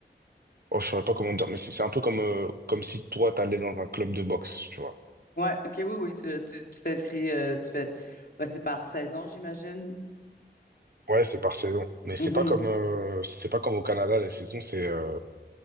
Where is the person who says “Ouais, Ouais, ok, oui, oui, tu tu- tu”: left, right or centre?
Left